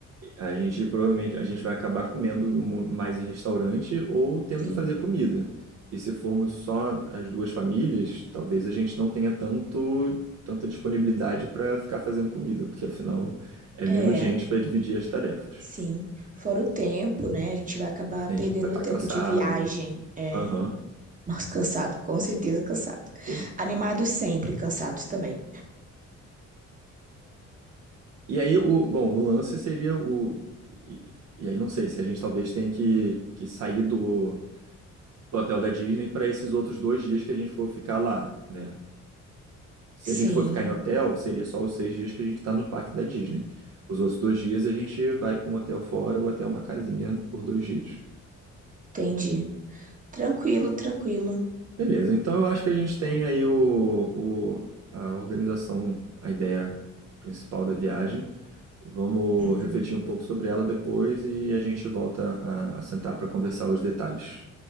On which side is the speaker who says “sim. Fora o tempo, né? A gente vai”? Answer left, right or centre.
Right